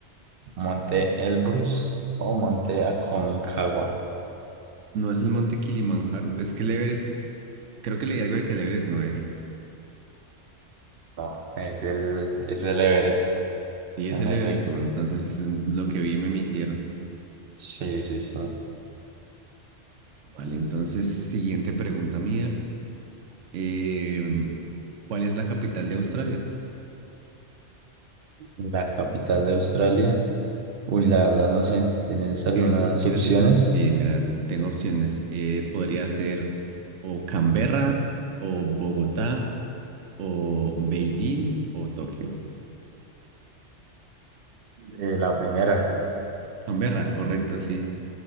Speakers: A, on the right; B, on the right.
A: Monte Elbrus o Monte Aconcagua.
B: No es el monte Kilimanjaro, es que el Everest, creo que leí algo de que el Everest no es.
A: No, es el, es el Everest,
B: Sí, es
A: en
B: el
A: efecto.
B: Everest, no, entonces em, lo que vi me mintieron.
A: Sí, sí, sí.
B: Vale, entonces, siguiente pregunta mía. Eh, ¿cuál es la capital de Australia?
A: La capital de Australia. Uy, la verdad no sé. ¿Tienes algunas
B: ¿Quieres, quieres
A: opciones?
B: que te... Sí, mira, tengo opciones. Eh, podría ser o Canberra, o Bogotá, o Beijing, o Tokio.
A: Eh, la primera.
B: Canberra, correcto, sí.